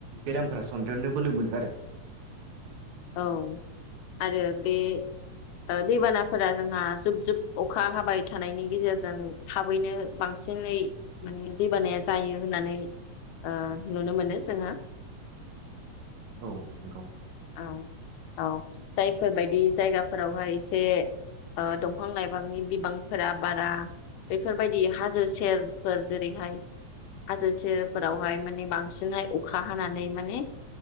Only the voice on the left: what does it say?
औ आरो बे ओ दैबानाफोरा जोंहा जुब जुब अखा हाबाय थानायनि गेजेरजों थाबैनो बांसिनै माने दैबानाया जायो होननानै ओनुनो मोनो जोंङा
औ औ जायफोरबायदि जायगाफोरावहाय एसे ओ दंफां लाइफांनि बिबांफोरा बारा बेफोरबायदि हाजो सेरफोर जेरैहाय हाजो सेरफोरावहाय माने बांसिनहाय अखा हानानै माने